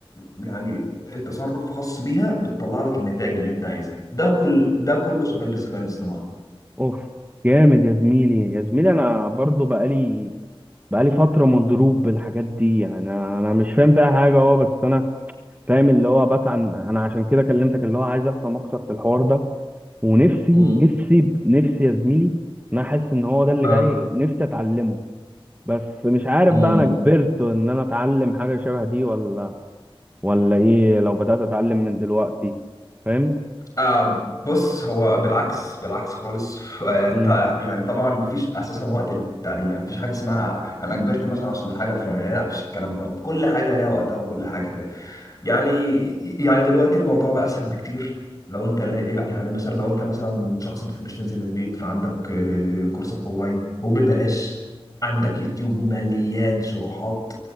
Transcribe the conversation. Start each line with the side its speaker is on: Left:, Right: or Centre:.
Left: يعني تصرف خاص بيها بتطلع لك النتائج اللي انت عايزها ده كل ده كله شغال بالذكاء الاصطناعي
Right: اوف جامد يا زميلي يا زميلي انا برضه بقالي بقالي فترة مضروب بالحاجات دي انا انا مش فاهم فيها حاجة اه بس انا فاهم اللي هو بسعى انا عشان كده كلمتك اللي هو عايز افهم اكتر في الحوار ده ونفسي
Left: امم
Right: نفسي نفسي يا زميلي إن انا حاسس ان هو ده اللي
Left: اه
Right: جاي نفسي اتعلمه بس مش عارف
Left: امم
Right: بقى انا كبرت ان انا اتعلم حاجة شبه دي ولا ولا ايه لو بدأت اتعلم من دلوقتي فاهم
Left: آه بص هو بالعكس بالعكس خالص آه
Right: مم.
Left: تع- يعني طبعا مفيش اساسا وقت للتعليم يعني مفيش حاجه اسمها انا كبرت مثلا عشان الحاجه الفلانيه لا مفيش الكلام دوت كل حاجه ليها وقتها وكل حاجه يعني يعني دلوقتي الموضوع بقى اسهل بكتير لو انت لا- يعني مثلا لو انت مثلا شخص ما بتحبش تنزل من البيت فعندك آه، كورسات اونلاين وببلاش عندك يوتيوب مليان شروحات